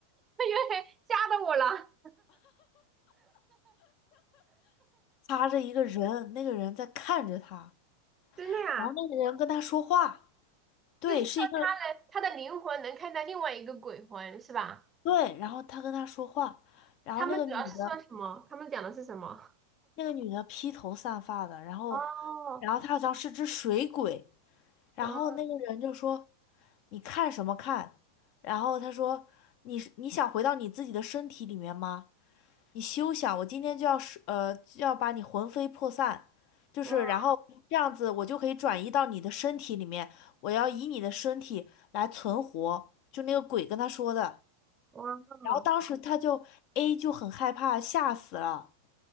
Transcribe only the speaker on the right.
为因为吓到我了，
真的呀、
就是说他能他的灵魂能看到另外一个鬼魂是吧？
他们主要是说什么？他们讲的是什么？
哦，
哇
哇
哇！